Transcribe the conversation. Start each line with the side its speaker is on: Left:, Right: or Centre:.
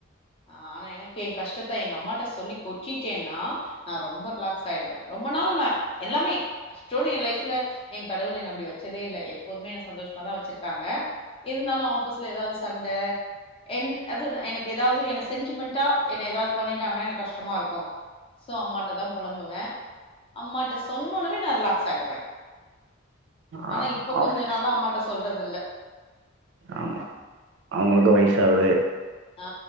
Left: ஆ ஆனா எனக்கு ஏ கஷ்டத்த எங்க அம்மாயிட்ட சொல்லி கொட்டிடேன்னா நா ரொம்ப ரிலாக்ஸ் ஆயிடுவே ரொம்ப நாள் நா எல்லாமே கஷ்டோன்னு ஏ லைஃப்ல ஏ கடவுள் என்ன அப்டி வெச்சதே இல்ல எப்போதுமே என்ன சந்தோஷமா தா வெச்சிருக்காங்க இருந்தாலு ஆப்பிஸ்ல ஏதாவது சண்ட என் அதுதா எனக் எது ஏதாவது என்ன சென்டிமெண்ட்டா என்ன ஏதாவது பண்ணிட்டாங்கன்னா எனக்கு கஷ்டமா இருக்கு சோ அம்மாயிட்டா தா பொலம்புவே அம்மாயிட்ட சொன்னோன்னவே நா ரிலாக்ஸ் ஆயிடுவே ஆனா
Right: ஆ
Left: இப்ப கொஞ்ச
Right: ஆஃபீஸ்
Left: நாளா அம்மாட்ட சொல்றது இல்ல
Right: ஆமா அவங்களுக்கு வயசு ஆகுது
Left: ஆ